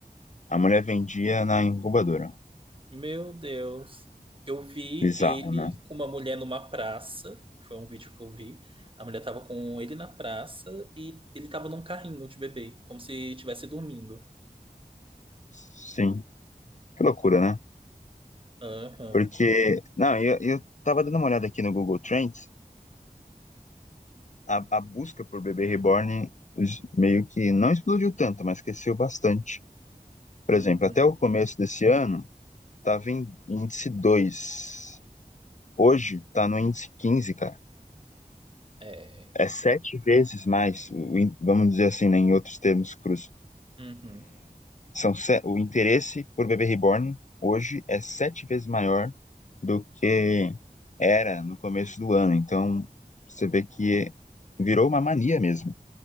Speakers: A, on the left; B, on the right.
A: A mulher vendia na incubadora.
B: Meu Deus. Eu vi
A: Bizarro,
B: ele
A: né?
B: com uma mulher numa praça. Foi um vídeo que eu vi. A mulher tava com ele na praça e ele tava num carrinho de bebê, como se estivesse dormindo.
A: Sim. Que loucura, né?
B: Aham.
A: Porque, não, eu, eu tava dando uma olhada aqui no Google Trends, a, a busca por bebê reborn es- meio que não explodiu tanto, mas cresceu bastante. Por
B: Uhum.
A: exemplo, até o começo desse ano, tava em índice 2. Hoje, tá no índice 15, cara.
B: É.
A: É sete vezes mais, o in- vamos dizer assim, né, em outros termos crus,
B: Uhum.
A: São se- o interesse por bebê reborn hoje é sete vezes maior do que era no começo do ano. Então, você vê que virou uma mania mesmo.